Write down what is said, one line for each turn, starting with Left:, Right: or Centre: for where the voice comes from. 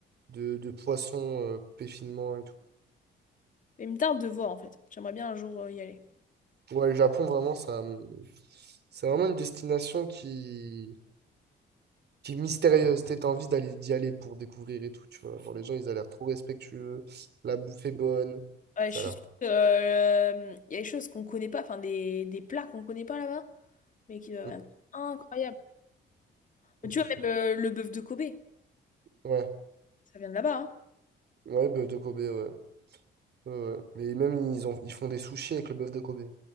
Right: de, de poissons euh, coupés finement et tout.
Left: Mais une tarde de voir en fait. J'aimerais bien un jour euh, y aller.
Right: Ouais, le Japon, vraiment, ça, me- c'est vraiment une destination qui, qui est mystérieuse. T'as envie d'aller d'y aller pour découvrir et tout, tu vois. Genre, les gens, ils ont l'air trop respectueux. La bouffe est bonne.
Left: Ouais,
Right: Ça
Left: je suis
Right: a l'air.
Left: sûre que, euh, il y a des choses qu'on connaît pas, enfin des, des plats qu'on connaît pas là-bas, mais qui doivent
Right: Mm,
Left: être incroyables. Mais Tu
Right: C'est
Left: vois,
Right: sûr.
Left: même euh, le bœuf de Kobe,
Right: Ouais,
Left: ça vient de là-bas, hein.
Right: ouais, bœuf de Kobe, ouais. Ouais, ouais. Mais même, ils ont, ils font des sushis avec le bœuf de Kobe.